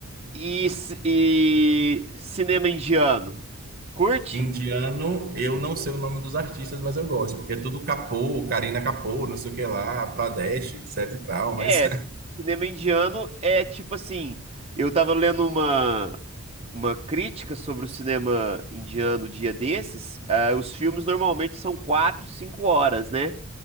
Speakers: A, on the right; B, on the right.
A: E, ci- e cinema indiano? Curte?
B: Indiano, eu não sei o nome dos artistas, mas eu gosto, porque é tudo Kapoor, Karina Kapoor, não sei o que lá, Pradesh, etc e tal, mas
A: É, cinema indiano é tipo assim, eu tava lendo uma, uma crítica sobre o cinema indiano um dia desses. ah, os filmes normalmente são quatro, cinco horas, né?